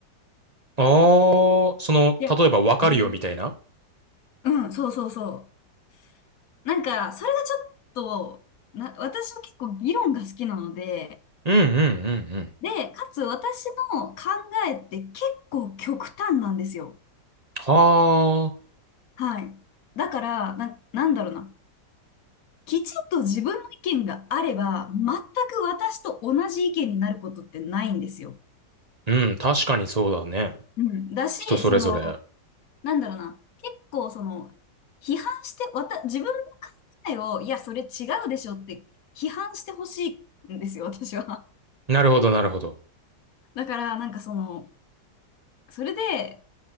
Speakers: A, on the right; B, on the left.
A: ああ、その、
B: いや、
A: 例えばわかるよみたいな。
B: うん、うんそうそうそう。なんか、それがちょっと、な、私は結構議論が好きなので、
A: うんうんうんうん。
B: で、かつ私の考えって結構極端なんですよ。
A: はあ。
B: はい。だから、な、なんだろうな。きちんと自分の意見があれば、全く私と同じ意見になることってないんですよ。
A: うん、確かにそうだね。
B: うん。だし、
A: 人それぞれ。
B: その、なんだろうな。結構、その、批判して、わた、自分の考えを、いや、それ違うでしょって批判してほしいんですよ、私は。
A: なるほど、なるほど。
B: だから、なんかその、それで、